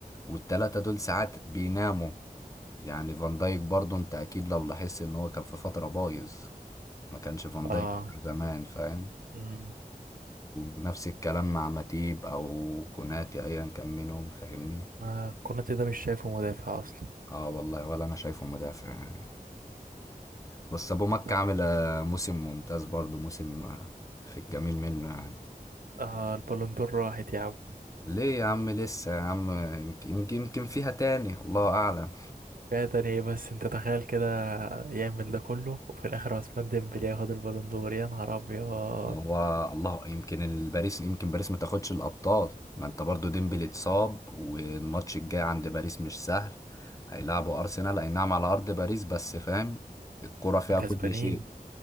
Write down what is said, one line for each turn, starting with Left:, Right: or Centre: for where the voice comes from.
Left: والتلاتة دول ساعات بيناموا يعني فان دايك برضه انت اكيد لو لاحظت ان هو كان في فترة بايظ ما كانش فان دايك
Right: اه
Left: بتاع زمان فاهم
Right: مم.
Left: ونفس الكلام مع ماتيب او كوناتي ايا كان منهم فاهمني
Right: آه كوناتي ده مش شايفه مدافع اصلا
Left: اه والله ولا انا شايفه مدافع يعني بس ابو مكة
Right: طب
Left: عامل آه، موسم ممتاز برضه موسم آه، في الجميل منه يعني
Right: آه البالون دور راحت يا عم
Left: ليه يا عم لسه يا عم يمكن يمكن يمكن فيها تاني الله اعلم
Right: فعلا ايه بس انت تخيل كده يعمل ده كله وفي الاخر عثمان ديمبلي ياخد البالون دور يا نهار ابيض
Left: هو الله يمكن الباريس يمكن باريس ما تاخدش الابطال ما انت برضو ديمبلي اتصاب والماتش الجاي عند باريس مش سهل هيلعبوا ارسنال اي نعم على ارض باريس بس فاهم الكرة فيها
Right: ما كسبانين
Left: كل شيء